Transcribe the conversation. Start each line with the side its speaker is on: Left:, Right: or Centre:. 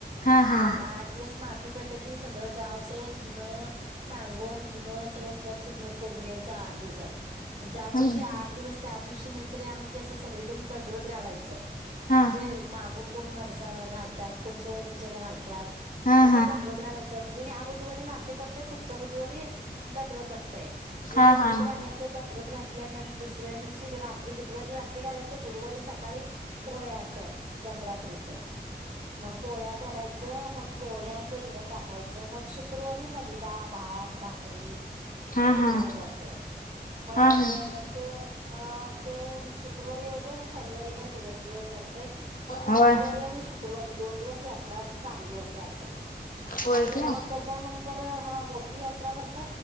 Left: हा हा
Right: मग आठ दिवस माती पडल की सगळंऽऽ गाव सगळं धुणं सारवण धुणंऽऽ मग सगळं घर स्वच्छ करून घ्यायचं आठ दिवसांत. म ज्या दिवशी
Left: हा
Right: आठ दिवस त्या दिवशीच सगळीजण दंडवत घालायचं,,
Left: हा
Right: म्हणजे मागून कोण नवसा घालत्यात, कोण सवऽऽ घालत्यात,
Left: हा
Right: मग
Left: हा
Right: ते दंडवत घालायचं, म्हणजे ह्या बुधवारी माती पडतय पुढच्या बुधवारीऽऽ दंडवत असतय, म्हणजे
Left: हा
Right: दंडवत
Left: हा हा
Right: घालायचं दंडवत घातल्यानंतर दुसऱ्या दिवशी रात्रीऽऽ गुरुवारी रात्री घालायचं गुरुवारी सकाळी पोळ्या असतात गधरात्रीच मग पोळ्या करायचं मग पोळ्या च निवद दाखवायचं मग शुक्रवारी मलिदा भात भाकरी ह्याच
Left: हा हा
Right: जेवण जास्त आहे मग
Left: हा हा
Right: ते अ ते शुक्रवारी यवतय मग शनिवारी काय निवद बीवद काय नसते पण
Left: होय
Right: गुरुवारी आणि शुक्रवारी दोन दिवस यात्रा चांगली असते आमच्याकडं
Left: होय
Right: आणि
Left: काय
Right: मग त्याच्यानंतर हा मोठी यात्रा भरत